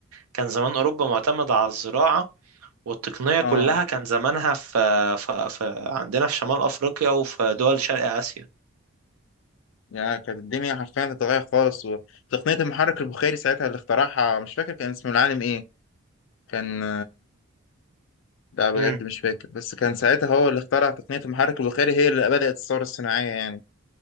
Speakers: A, on the right (about 85°); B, on the left (about 60°).
A: كان زمان اوروبا معتمده على الزراعه والتقنيه
B: اه
A: كلها كان زمانها في, في, في عندنا في شمال افريقيا وفي دول شرق اسيا
B: يعني كانت الدنيا حرفيا اتغيرت خالص وتقنيه المحرك البخاري ساعتها اللي اخترعها مش فاكر كان اسمه العالم ايه كان لا بجد
A: امم
B: مش فاكر بس كان ساعتها هو اللي اخترع تقنية المحرك البخاري هي اللي بدأت الثورة الصناعية يعني